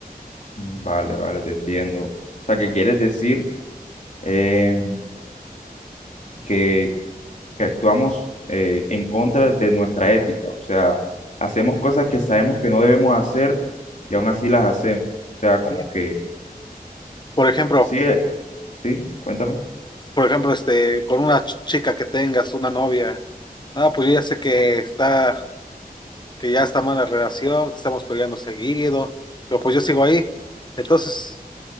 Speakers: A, on the left; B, on the left.
A: mm, vale, vale, te entiendo. O sea, que quieres decir eh, que, que actuamos eh, en contra de nuestra ética. O sea, hacemos cosas que sabemos que no debemos hacer y aún así las hacemos. O sea, como
B: Sí.
A: que...
B: Por ejemplo,
A: Sí, Sí, cuéntame.
B: por ejemplo, este, con una ch- chica que tengas, una novia, ah, pues yo ya sé que está, que ya está mal la relación, que estamos peleando seguido, pero pues yo sigo ahí. Entonces,